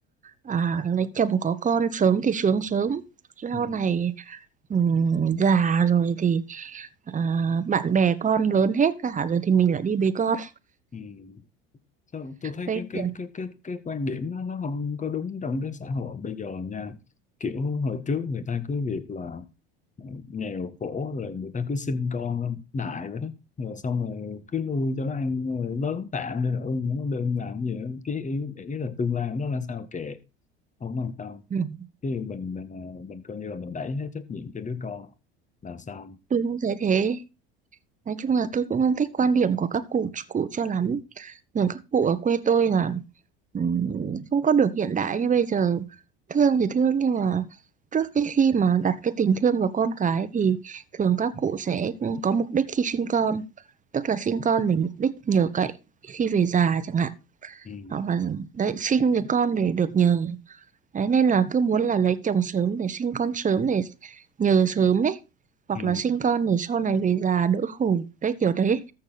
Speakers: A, on the right (about 25°); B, on the left (about 25°).
A: à, lấy chồng có con sớm thì sướng sớm sau
B: Ừ.
A: này ừm, già rồi thì à, bạn bè con lớn hết cả rồi thì mình lại đi bế con
B: Ừ. Sao tôi thấy
A: đấy
B: cái cái
A: kiểu
B: cái cái cái quan điểm đó nó không có đúng trong cái xã hội bây giờ nha kiểu hồi trước người ta cứ việc là nghèo khổ rồi người ta cứ sinh con ra đại vậy đó rồi xong rồi cứ nuôi cho nó ăn rồi lớn tạm đi rồi ưng nó đừng làm gì nữa cái ý, ý là tương lai của nó là sao kệ không quan tâm
A: ừ,
B: cái mình mình à, mình coi như là mình đẩy hết trách nhiệm cho đứa con là xong
A: tôi cũng thấy thế nói chung là tôi cũng không thích quan điểm của các cụ cụ cho lắm thường các cụ ở quê tôi là ừm, không có được hiện đại như bây giờ thương thì thương nhưng mà trước cái khi mà đặt cái tình thương vào con cái thì thường các cụ sẽ có mục đích khi sinh con tức là sinh con để mục đích nhờ cậy khi về già chẳng hạn
B: ừ.
A: hoặc là đấy sinh được con để được nhờ đấy nên là cứ muốn là lấy chồng sớm để sinh con sớm để nhờ sớm đấy hoặc
B: Ừ.
A: là sinh con để sau này về già đỡ khổ đấy kiểu đấy